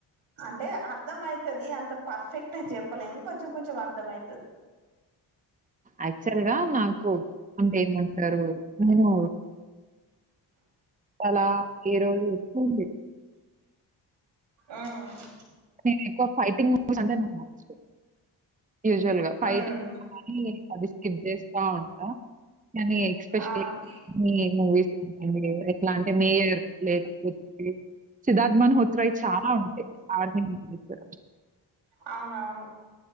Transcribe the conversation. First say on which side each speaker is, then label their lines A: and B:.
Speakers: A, on the right; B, on the right.
A: అంటే అర్థం ఐతది అంత పర్ఫెక్ట్ అని చెప్పలేను కొంచం కొంచం అర్తమైతది
B: యాక్చువల్ గా నాకు అంటే ఏమంటరు నేను అలా ఏ రోజు <unintelligible>
A: ఊమ్
B: నేను ఎక్కువ ఫైటింగ్ మూవీస్ అంటే నాకు నచ్చదు యూజువల్ గా ఫైట్
A: ఉమ్
B: కానీ అది స్కిబ్ జేస్తా ఉంటా కానీ ఎక్స్పెషలీ
A: అవును
B: మీ మూవీస్ <unintelligible> సిద్ధార్థ్ <unintelligible> త్రాయి చాల ఉంటయి ఆర్మి మూవీసు
A: అవునవును